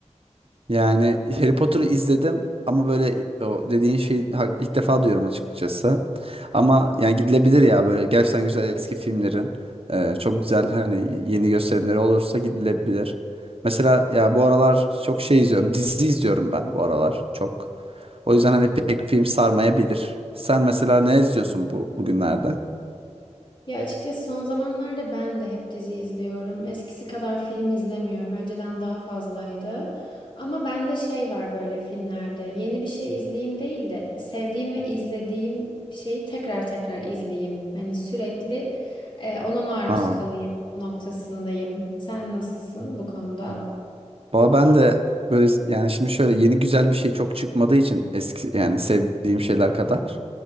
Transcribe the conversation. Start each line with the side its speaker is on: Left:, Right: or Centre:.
Right: Yani Harry Potter'ı izledim ama böyle o dediğin şeyi ha- ilk defa duyuyorum açıkçası. Ama yani gidilebilir ya böyle gerçekten güzel eski filmlerin e, çok güzel hani yeni gösterimleri olursa gidilebilir. Mesela ya bu aralar çok şey izliyorum. Dizi izliyorum ben bu aralar çok. O yüzden hani pek film sarmayabilir. Sen mesela ne izliyorsun bu bugünlerde?
Left: Ya açıkçası son zamanlarda ben de hep dizi izliyorum. Eskisi kadar film izlemiyorum. Önceden daha fazlaydı. Ama bende şey var böyle filmlerde. Yeni bir şey izleyeyim değil de sevdiğim ve izlediğim şeyi tekrar tekrar izleyeyim. Hani sürekli e, ona maruz
Right: Aa.
Left: kalayım noktasındayım. Sen nasılsın bu konuda?
Right: Valla ben de böyle yani şimdi şöyle yeni güzel bir şey çok çıkmadığı için eski yani sevdiğim şeyler kadar.